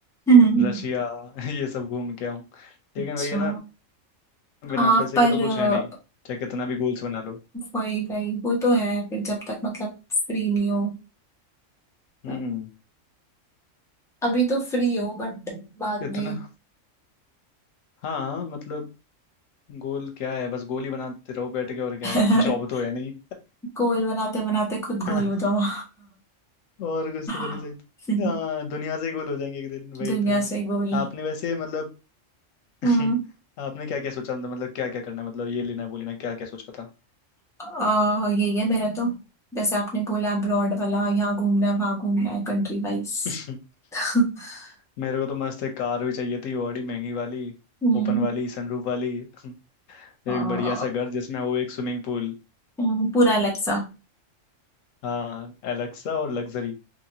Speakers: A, in the centre; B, on the left.
A: हम्म,
B: रशिया <laughs> ये सब घूम के आऊँ लेकिन
A: अच्छा
B: वही है ना बिना
A: हाँ
B: पैसे
A: पर
B: के तो कुछ
A: अ,
B: है नहीं चाहे कितना भी गोल्स बना लो
A: वही वही वो तो है फिर जब तक मतलब फ्री नहीं हो
B: हम्म
A: मतलब अभी तो फ्री हो बट बाद
B: इतना
A: में
B: हाँ मतलब गोल क्या है बस गोल ही बनाते रहो बैठ के और क्या
A: <laughs>
B: है <laughs> जॉब तो है नहीं
A: गोल बनाते बनाते खुद
B: <laughs>
A: गोल हो जाओ
B: और कुछ तो कर
A: <laughs>
B: नहीं सकते हाँ दुनिया से ही गोल हो जाएंगे एक दिन वही
A: दुनिया
B: तो
A: से गोल
B: आपने वैसे मतलब
A: हम्म
B: <laughs> आपने क्या क्या सोचा मतलब क्या क्या करना है मतलब ये लेना है वो लेना है, क्या क्या सोचा था
A: अ, यही है मेरा तो जैसे आपने बोला अब्रॉड वाला यहाँ घूमना है वहां घूमना है कंट्री वाइज
B: <laughs>
A: <laughs>
B: मेरे को तो मस्त एक कार भी चाहिए थी बड़ी महंगी वाली
A: हम्म
B: ओपन वाली सनरूफ वाली <laughs>
A: अ,
B: एक बढ़िया सा घर जिसमें हो एक स्विमिंग पूल
A: हम्म, पूरा एलेक्सा
B: हाँ एलेक्सा और लग्जरी